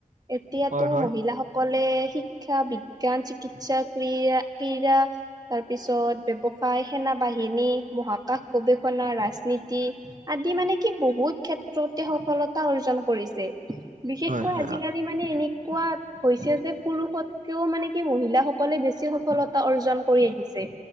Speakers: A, on the right; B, on the right.
A: এতিয়াতো
B: হয় হয়
A: মহিলাসকল শিক্ষা বিজ্ঞান চিকিৎসা ক্ৰীয়া তাৰপিছত ব্যৱসায় সেনা বাহিনী মহাকাশ গৱেষণা ৰাজনীতি আদি মানে কি বহুত ক্ষেত্ৰ তে সফলতা অৰ্জন কৰিছে বিশেষকৈ
B: হয় হয়
A: আজিকালি মানে এনেকুৱা হৈছে যে পুৰুষতকেও মানে কি মহিলাাসকলে বেছি সফলতা অৰ্জন কৰি আহিছে।